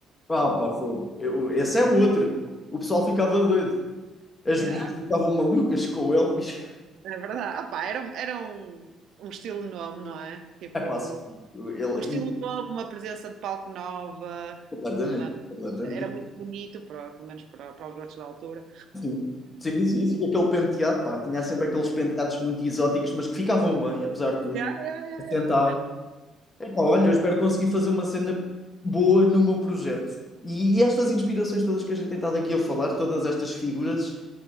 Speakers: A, on the left (about 30°); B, on the right (about 65°).
A: Ah, pá, fogo. Eu- Esse é o outro. O pessoal ficava doido. As
B: Yeah.
A: mulheres ficavam malucas com o Elvis.
B: É verdade. Ah, pá, era, era um, um estilo novo, não é? Tipo,
A: É pá, assim, ele,
B: Um estilo novo, uma presença de palco nova,
A: Completamente,
B: uma...
A: completamente.
B: era muito bonito, para, pelo menos para, para os gostos da altura.
A: Sim. Sim, sim, sim. Aquele penteado, pá, tinha sempre aqueles penteados muito exóticos, mas que ficavam bem, apesar de tudo.
B: Ya, ya, ya,
A: Assentavam.
B: ya.
A: Epá, olha, eu espero conseguir fazer uma cena boa no meu projeto. E estas inspirações todas que a gente tem estado aqui a falar, todas estas figuras,